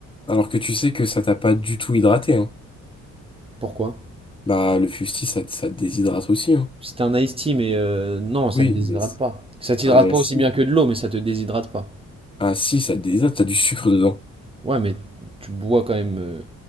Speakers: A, on the left; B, on the right.
A: alors que tu sais que ça t'a pas du tout hydraté, hein.
B: Pourquoi?
A: Bah, le fusti ça, te- ça te déshydrate aussi, hein.
B: C'était un iced tea, mais euh, non, ça
A: Oui,
B: te déshydrate
A: mais... c-
B: pas. Ça t'hydrate
A: Ah, mais
B: pas
A: si.
B: aussi bien que de l'eau, mais ça te déshydrate pas.
A: Ah, si, ça te déshydrate, t'as du sucre dedans.
B: Ouais, mais tu bois quand même. euh,